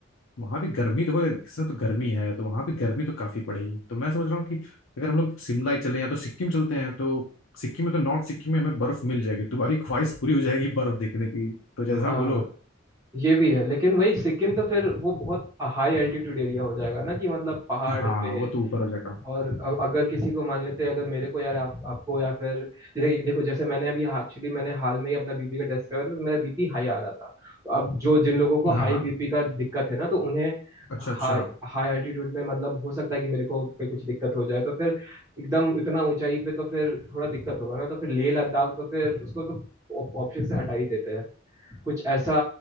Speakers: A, on the left; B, on the right.
A: वहाँ भी गर्मी देखो इसमें तो गर्मी है तो वहाँ पे गर्मी तो काफ़ी पड़ेगी तो मैं समझ रहा हूँ कि अगर हम लोग शिमला ही चले या तो सिक्किम चलते हैं तो सिक्किम में तो नॉर्थ सिक्किम में हमें बर्फ मिल जाएगी तुम्हारी ख्वाहिश पूरी हो जाएगी बर्फ देखने की तो जैसा
B: हाँ
A: बोलो
B: ये भी है लेकिन वही सिक्किम तो फिर वो बहुत हाई एल्टीट्यूड एरिया हो जाएगा ना कि मतलब पहाड़
A: हाँ
B: पे
A: वो तो ऊपर हो जाएगा
B: और अ- अगर किसी को मान लेते हैं अगर मेरे को यार आप, आपको या फिर जैसे कि- देखो जैसे मैंने अभी एक्चुअली मैंने हाल में ही अपना बीपी का टेस्ट करवाया था तो मेरा बीपी हाई आ रहा था तो अब जो जिन लोगों को
A: हाँ
B: हाई
A: हाँ
B: बीपी का दिक्कत है ना तो उन्हें
A: अच्छा
B: हाई
A: अच्छा
B: हाई एल्टीट्यूड में मतलब हो सकता है कि मेरे को कोई कुछ दिक्कत हो जाए तो फिर एकदम इतना ऊंचाई पे तो फिर थोड़ा दिक्कत होगा ना तो फिर लेह लद्दाख तो फिर उसको तो ऑप्शन से हटा ही देते हैं कुछ ऐसा